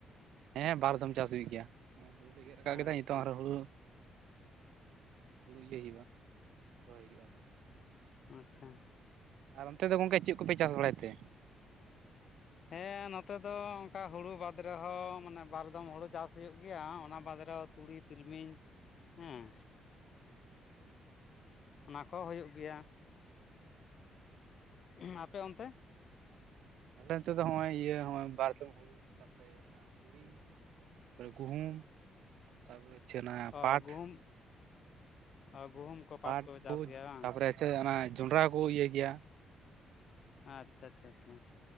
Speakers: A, on the right; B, on the left.
A: ᱦᱮᱸ ᱵᱟᱨ ᱫᱷᱚᱢ ᱪᱟᱥ ᱦᱩᱭᱩᱜ ᱜᱤᱭᱟ ᱦᱚᱜᱼᱚᱭ ᱦᱩᱲᱩ ᱞᱮ ᱜᱮᱫ ᱨᱟᱠᱟᱜ
B: ᱟᱪᱪᱷᱟ
A: ᱠᱟᱫᱟ ᱦᱤᱛᱚᱜ ᱟᱨᱚᱸ ᱦᱩᱲᱩ ᱦᱩᱲᱩ ᱤᱭᱟᱹᱭ ᱦᱳᱭᱳᱜᱼᱟ ᱨᱚᱦᱚᱭ ᱦᱳᱭᱳᱜᱼᱟ ᱟᱨᱦᱚᱸ
B: ᱟᱪᱪᱷᱟ
A: ᱟᱨ ᱚᱱᱛᱮ ᱫᱚ ᱜᱚᱝᱠᱮ ᱪᱮᱫ ᱠᱚᱯᱮ ᱪᱟᱥ ᱵᱟᱲᱟᱭ ᱛᱮ?
B: ᱮᱸ ᱱᱚᱛᱮ ᱫᱚ ᱚᱝᱠᱟ ᱦᱳᱲᱳ ᱵᱟᱫᱽ ᱨᱮᱦᱚ ᱢᱟᱱᱮ ᱵᱟᱨ ᱫᱚᱢ ᱦᱳᱲᱳ ᱪᱟᱥ ᱦᱳᱭᱳᱜ ᱜᱤᱭᱟ ᱚᱱᱟ ᱵᱟᱫᱽ ᱨᱮᱦᱚ ᱛᱩᱲᱤ ᱛᱤᱞᱢᱤᱧ ᱦᱮᱸ
A: <inaudible>
B: ᱚᱱᱟ ᱠᱚ ᱦᱳᱭᱳᱜ ᱜᱤᱭᱟ ᱩᱸ ᱟᱯᱮ ᱚᱱᱛᱮ᱾
A: ᱟᱞᱮ ᱱᱤᱛᱚᱜ ᱫᱚ ᱦᱚᱸᱜᱼᱚᱭ ᱤᱭᱟᱹ ᱵᱟᱨᱫᱚᱢ ᱦᱩᱲᱩ ᱛᱟᱨᱯᱚᱨᱮ ᱚᱱᱟ ᱛᱩᱲᱤ ᱛᱟᱨᱯᱚᱨᱮ ᱜᱩᱦᱩᱢ ᱛᱟᱨᱯᱚᱨᱮ <unintelligible>
B: ᱚ
A: ᱯᱟᱴ
B: ᱜᱩᱦᱩᱢ ᱚ ᱜᱩᱦᱩᱢ ᱠᱚ
A: ᱯᱟᱴ
B: ᱪᱟᱥ
A: ᱠᱚ
B: ᱜᱮᱭᱟ ᱵᱟᱝ
A: ᱛᱟᱨᱯᱚᱨᱮ <unintelligible> ᱚᱱᱟ ᱡᱚᱱᱰᱨᱟ ᱠᱚ ᱤᱭᱟᱹ ᱜᱮᱭᱟ
B: ᱟᱪᱪᱷᱟ ᱟᱪᱪᱷᱟ ᱟᱪᱪᱷᱟ